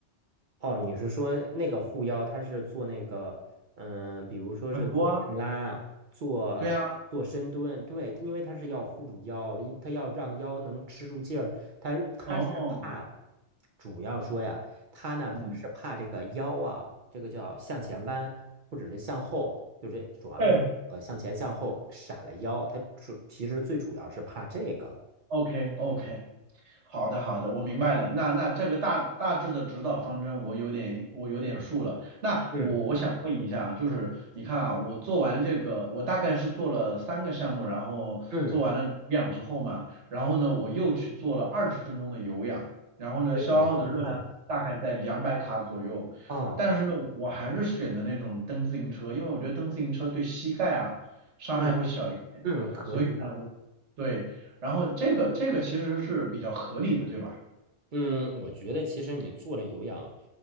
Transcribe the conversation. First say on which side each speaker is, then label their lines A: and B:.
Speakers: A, on the right; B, on the right.
A: 哦，你是说那个护腰，它是做那个，嗯，比如说是做硬拉，
B: 很多啊，
A: 做做深蹲，
B: 对啊，
A: 对，因为它是要护住腰，因它要让腰能吃住劲儿，它是它是怕，
B: 哦，
A: 主要说呀，它呢是怕这个腰啊，
B: 嗯，
A: 这个叫向前弯，或者是向后，就是主要就是呃向前向后闪了腰，
B: 哎
A: 它主其实最主要是怕这个，
B: ，OK OK，好的，好的，我明白了。那那这个大大致的指导方针，我有点我有点数了。那我我想问一下，
A: 嗯
B: 就是你看啊，我做完这个，我大概是做了三个项目，然后做完了有氧之后嘛，
A: 嗯，
B: 然后呢，我又去做了二十分钟的有氧，然后呢，
A: 可以呀，
B: 消耗的热量大概在两百卡左右。
A: 很好的，哦，
B: 但是呢，我还是选的那种蹬自行车，因为我觉得蹬自行车对膝盖啊伤害会小一点，
A: 嗯嗯，可以的。
B: 所以呢，我。对，然后这个这个其实是比较合理的，对吧？
A: 嗯，我觉得其实你做了有氧